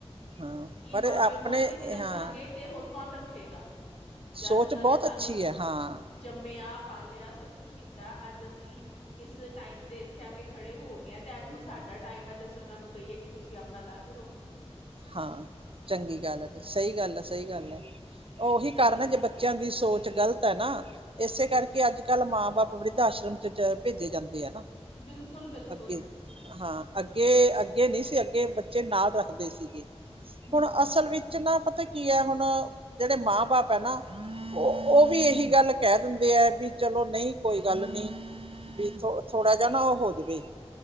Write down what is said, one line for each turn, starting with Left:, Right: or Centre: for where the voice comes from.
Right: ਹਾਂ
Left: ਕਿ
Right: ਪਰ
Left: ਮਾਂ,
Right: ਇਹ
Left: ਪਿਓ
Right: ਆਪਣੇ
Left: ਨੂੰ ਅਸੀਂ ਨੀ ਰੱਖਾਂਗੇ
Right: ਹਾਂ
Left: ਤੇ ਹੋਰ ਕੌਣ ਰੱਖ ਰੱਖੇਗਾ। ਜਦ
Right: ਸੋਚ
Left: ਉਹ
Right: ਬਹੁਤ
Left: ਨੇ ਸਾਨੂੰ
Right: ਅੱਛੀ ਹੈ ਹਾਂ
Left: ਜੰਮਿਆ। ਲਿਆ ਸਭ ਕੁਛ ਕੀਤਾ, ਅੱਜ ਅਸੀਂ ਇਸ ਟਾਈਮ ਤੇ ਇੱਥੇ ਆ ਕੇ ਖੜੇ ਹੋ ਗਏ ਆ ਤੇ ਅੱਜ ਹੁਣ ਸਾਡਾ ਟਾਈਮ ਐ ਤੇ ਅਸੀਂ ਉਹਨਾਂ ਨੂੰ ਕਹੀਏ ਕਿ ਤੁਸੀਂ ਆਪਣਾ ਅਲੱਗ ਰੋ
Right: ਹਾਂ, ਚੰਗੀ ਗੱਲ ਜੇ ਸਹੀ ਗੱਲ ਆ ਸਹੀ
Left: ਹਾਂ
Right: ਗੱਲ,। ਉਹੀ
Left: ਚੰਗੀ
Right: ਕਾਰਨ ਹੈ ਜੇ ਬੱਚਿਆਂ ਦੀ ਸੋਚ ਤੇ ਗ਼ਲਤ ਹੈ ਨਾ, ਏਸੇ ਕਰਕੇ ਅੱਜ ਕੱਲ ਮਾਂ ਬਾਪ ਵਰਿੱਧ ਆਸ਼ਰਮ ਚ ਪ ਭੇਜੇ ਜਾਂਦੇ ਅੱਗੇ ਆ
Left: ਬਿਲਕੁਲ ਬਿਲਕੁਲ
Right: ਅੱਗੇ ਹਾਂ ਅਗੇ -ਅਗੇ ਅੱਗੇ ਨਹੀਂ ਸੀ, ਅੱਗੇ ਬੱਚੇ ਨਾਲ ਰੱਖਦੇ ਸੀ।
Left: ਹਮ
Right: ਹੁਣ ਅਸਲ ਵਿੱਚ ਨਾ ਪਤਾ ਕੀ ਹੈ। ਹੁਣ ਜਿਹੜੇ ਮਾਂ -ਬਾਪ ਹੈ ਨਾ ਉਹ ਉਹ ਵੀ ਇਹੀ ਗੱਲ ਕਹਿ ਦਿੰਦੇ ਆ ਵੀ ਚਲੋ। ਨਹੀਂ, ਕੋਈ ਗੱਲ ਨੀ। ਵੀ ਥੋ ਥੋੜਾ ਜਿਆ ਨਾ ਉਹ ਹੋ ਜਵੇ